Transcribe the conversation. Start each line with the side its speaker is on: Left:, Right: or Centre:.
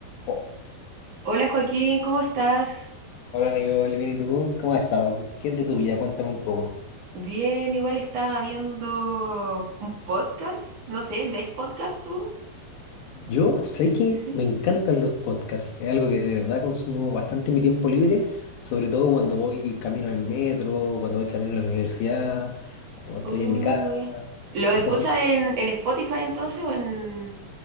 Left: Oh,
Right: Hola Joaquín, ¿cómo estás?
Left: Hola Nicole, bien, ¿y tú? ¿Cómo has estado? ¿Qué es de tu vida? Cuéntame un poco.
Right: Bien, igual estaba viendo un podcast, no sé, ¿ves podcast tú?
Left: Yo sé que
Right: Sí.
Left: me encantan los podcasts, es algo que de verdad consumo bastante en mi tiempo libre, sobre todo cuando voy camino al metro, cuando voy camino a la universidad, cuando estoy
Right: Uy.
Left: en mi casa.
Right: ¿Lo escuchas
Left: Entonces,
Right: en, en Spotify entonces o en